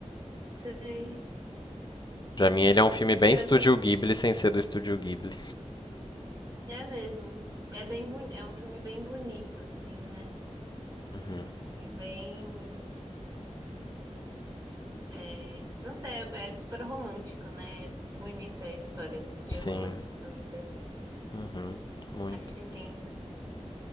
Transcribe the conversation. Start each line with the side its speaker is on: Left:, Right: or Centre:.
Right: Sei.
Left: pra mim ele é um filme bem
Right: Eu
Left: Estúdio
Right: tenho...
Left: Ghibli sem ser do Estúdio Ghibli.
Right: É mesmo. É bem boni... É um filme bem bonito, assim, né?
Left: Uhum.
Right: E bem. É... Não sei, é é super romântico, né? É bonita a história de
Left: Sim,
Right: romance dos dois.
Left: uhum, muito.
Right: Achei linda.